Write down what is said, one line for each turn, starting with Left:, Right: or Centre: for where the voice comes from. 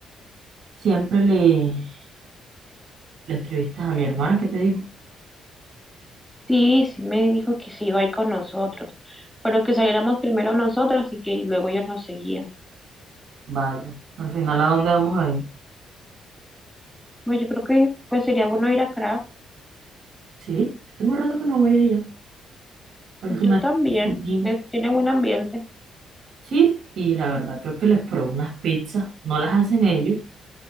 Right: Siempre le, le escribiste a mi hermana que te dijo,
Centre: Sí, sí me dijo que sí iba a ir con nosotros, pero que saliéramos primero nosotros y que luego ellos nos seguían.
Right: vale, al final ¿a dónde vamos a ir?
Centre: Bueno, yo creo que pues sería bueno ir a craft
Right: Sí, yo tengo rato que no voy allá. La última
Centre: Yo también,
Right: vez fui,
Centre: es, tiene buen ambiente.
Right: Sí, y la verdad creo que les probé unas pizzas. No las hacen ellos,